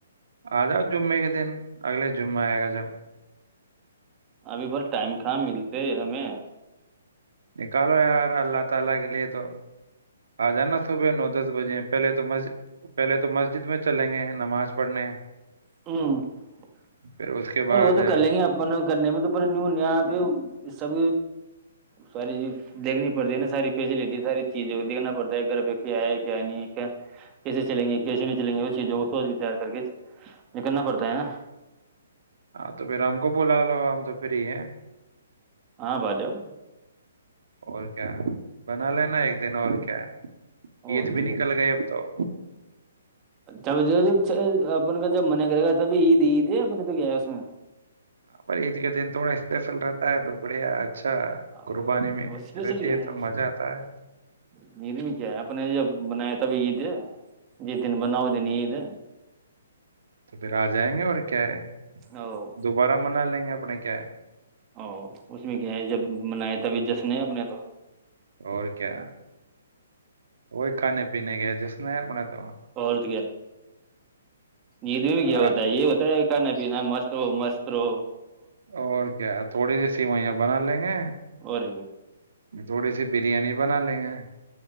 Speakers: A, on the right (about 75°); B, on the right (about 20°).
A: آ جاؤ جمعے کے دن اگلے جمعہ آئے گا جب
B: ابھی پر ٹائم کہاں ملتے ہمیں
A: نکالو یار اللہ تعالی کے لیے تو آ جانا صبح نو دس بجے پہلے تو مسجد پہلے تو مسجد میں چلیں گے نماز پڑھنے
B: ہوں س
A: پھر اس کے بعد
B: وہ تو کر لیں گے اپن کرنے میں تو پ نی یہاں پہ اس سب ساری چیز دیکھنی پڑتی ہے نا ساری فیسلٹی ساری چیزیں دھنا پڑتا ہے گھر پہ کیا ہے کیا نہیں کیسے چلیں گے کیسے نہیں چلیں گے وہ چیزوں کو سوچ وچار کر کے کرنا پڑتا ہے نا
A: ہاں تو پھر ہم کو بلا لو ہم تو پھر ہی ہیں
B: ہاں ب جاؤ
A: اور کیا بنا لینا ایک دن اور کیا ہے
B: اور
A: عید
B: نہیں
A: بھی نکل گئے اب تو
B: اھل جب اپن کا جب منع کرے گا تبھی عید عید ہے اپ نے تو کیا ہے اس میں
A: ا پر عید کے دن تھوڑا اسپیشل رہتا ہے تو بڑھیا اچھا
B: اور
A: قربانی میں
B: اسپیشل
A: رہتی
B: کیا ہے
A: تو مزہ آتا ہے
B: رلمی کیا ہے اپنے جب بنایا تھا تبھی عید ہیں دن بناؤ دن عید
A: تو پھر آ جائیں گے اور کیا ہے
B: او
A: دوبارہ منا لیں گے اپنے کیا
B: او اس میں کیا ہے جب منائے تبھی جشن اپنے تو
A: اور کیا وہی کھانے پینے کے جس نے اپنا تو آ،
B: اورت کیا عید میں بھی کیا ہوتا
A: آ،
B: ہے یہ پتا ہے کھانا پیا مست ہو مست رہو
A: اور کیا تھوڑی سی سیوئیاں بنا لیں گے
B: اور
A: تھوڑی سی بریانی بنا لیں گے